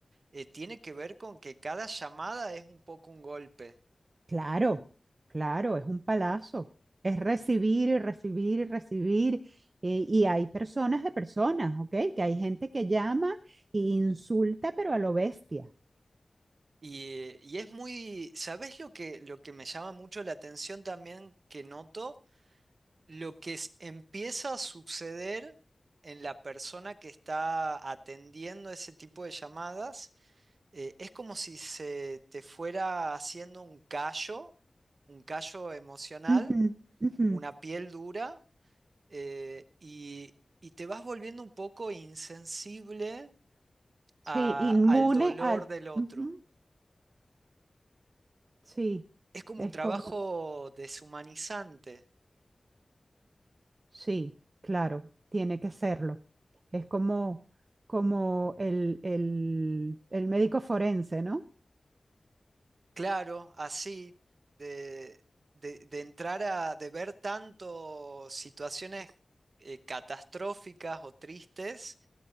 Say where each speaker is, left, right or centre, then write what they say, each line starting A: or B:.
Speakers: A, on the right; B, on the right.
A: eh, tiene que ver con que cada llamada es un poco un golpe.
B: Claro, claro, es un palazo. Es recibir y recibir y recibir. eh, y hay personas de personas, ¿ok? Que hay gente que llama e insulta, pero a lo bestia.
A: Y, y es muy, ¿sabés lo que, lo que me llama mucho la atención también que noto? Lo que es- empieza a suceder en la persona que está atendiendo ese tipo de llamadas, eh, es como si se te fuera haciendo un callo, un callo emocional,
B: Ujú, ujú.
A: una piel dura, eh, y, y te vas volviendo un poco insensible
B: Sí,
A: a-
B: inmune
A: al dolor
B: al...
A: del otro.
B: ujú, sí,
A: Es como
B: es
A: un trabajo
B: como...
A: deshumanizante,
B: Sí, claro, tiene que serlo. Es como, como el, el, el médico forense, ¿no?
A: claro, así, de, de- de entrar a, de ver tanto situaciones eh, catastróficas o tristes